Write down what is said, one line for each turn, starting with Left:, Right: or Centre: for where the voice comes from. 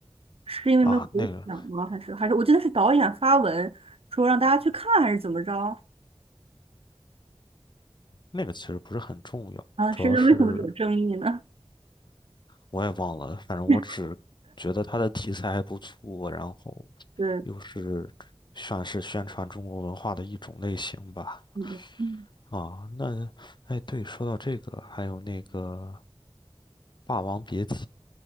Right: 是因为没有得奖吗？
Left: 啊？那个
Right: 还是还是我记得是导演发文说让大家去看，还是怎么着？
Left: 那个其实不是很重要，
Right: 啊，
Left: 主要是。
Right: 是为什么有争议呢？
Left: 我也忘了，反正我只觉得它的题材还不错，
Right: <laughs>
Left: 然后
Right: 对，
Left: 又是算是宣传中国文化的一种类型吧。
Right: 嗯嗯
Left: 啊，那，哎，对，说到这个，还有那个《霸王别姬》，